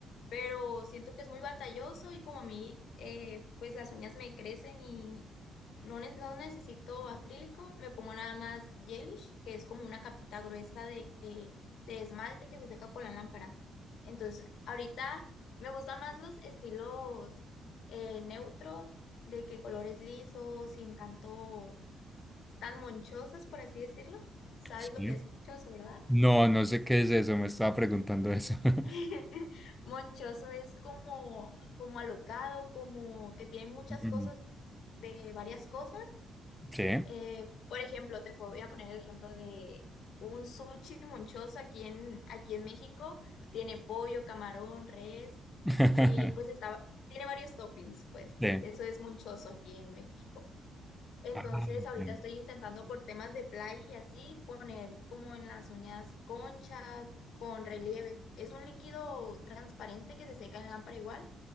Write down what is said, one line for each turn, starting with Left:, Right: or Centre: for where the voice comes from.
Left: pero siento que es muy batalloso y como a mí, eh, pues las uñas me crecen y no, ne- no necesito acrílico, me pongo nada más gelish, que es como una capita gruesa de, eh, de esmalte que se seca con la lámpara. Entonces, ahorita me gustan más los estilos eh, neutros, de que colores lisos, sin tanto, tan monchosos, por así decirlo. ¿Sabes
Centre: Sí.
Left: lo que es monchoso, verdad?
Centre: No, no sé qué es eso, me estaba preguntando eso. <laughs>
Left: <laughs> Monchoso es como, como alocado, como que tiene muchas
Centre: Mm,
Left: cosas de varias cosas.
Centre: Sí.
Left: Eh, por ejemplo, te po- voy a poner el ejemplo de un sushi monchoso aquí en, aquí en México. Tiene pollo, camarón, res
Centre: <laughs>
Left: y pues está, tiene varios toppings, pues.
Centre: Sí.
Left: Eso es monchoso aquí en México. Entonces,
Centre: Ah,
Left: ahorita
Centre: sí.
Left: estoy intentando por temas de playa y así poner como en las uñas conchas con relieve. Es un líquido transparente que se seca en lámpara igual,